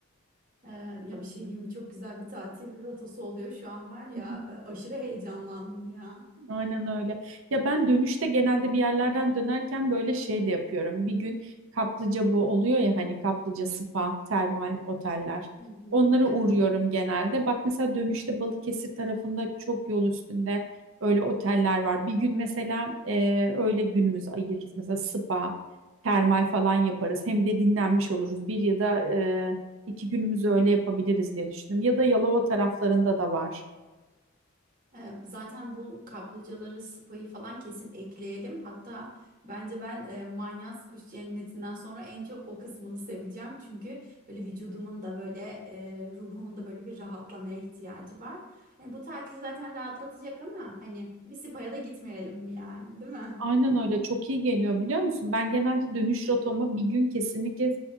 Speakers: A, on the right; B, on the right.
A: Eee, ya bir şey diyeyim mi? Çok güzel bir tatil rotası oluyor şu an var ya.
B: <laughs>
A: e, Aşırı heyecanlandım ya.
B: Aynen öyle. Ya ben dönüşte genelde bir yerlerden dönerken böyle şey de yapıyorum. Bir gün kaplıca bu oluyor ya hani kaplıca spa, termal oteller.
A: Hı hı,
B: Onlara uğruyorum
A: evet.
B: genelde. Bak mesela dönüşte Balıkesir tarafında çok yol üstünde öyle oteller var. Bir gün mesela e, öyle günümüzü ayırırız. Mesela spa, termal falan yaparız. Hem de dinlenmiş oluruz. Bir ya da e, iki günümüzü öyle yapabiliriz diye düşündüm. Ya da Yalova taraflarında da var.
A: Ee, Zaten bu kaplıcaları, spayı falan kesin ekleyelim. Hatta bence ben e, Manyas Kuş Cenneti'nden sonra en çok o kısmını seveceğim. Çünkü böyle vücudumun da böyle e, ruhumun da böyle bir rahatlamaya ihtiyacı var. Hani bu tatil zaten rahatlatacak ama hani bir spaya da gitmeyelim mi yani, değil mi?
B: Aynen öyle çok iyi geliyor biliyor musun? Ben genelde dönüş rotama bir gün kesinlikle